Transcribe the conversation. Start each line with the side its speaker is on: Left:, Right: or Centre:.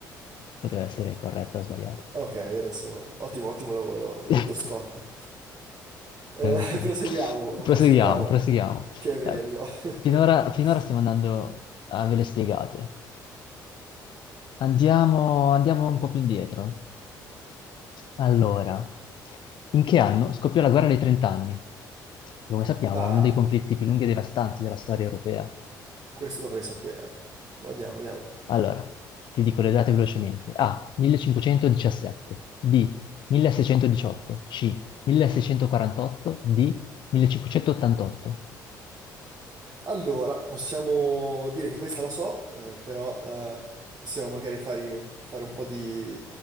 Left: poteva essere corretta o sbagliata.
Right: Ok, adesso ottimo, ottimo lavoro,
Left: <laughs>
Right: dottor Scotti. Eh,
Left: Prego,
Right: <laughs>
Left: prego.
Right: proseguiamo,
Left: Proseguiamo,
Right: proseguiamo,
Left: proseguiamo.
Right: che è meglio.
Left: Eh,
Right: <laughs>
Left: finora, finora stiamo andando a ve le spiegate. Andiamo, andiamo un po' più indietro. Allora, in che anno scoppiò la guerra dei trent'anni? Che come sappiamo
Right: Ah,
Left: è uno dei conflitti più lunghi e devastanti della storia europea.
Right: questo dovrei saperlo. Andiamo, andiamo.
Left: Allora, ti dico le date velocemente. A. 1517. B. 1618. C. 1648. D. 1588.
Right: Allora, possiamo dire che questa la so, eh, però eh, possiamo magari fare, fare un po' di,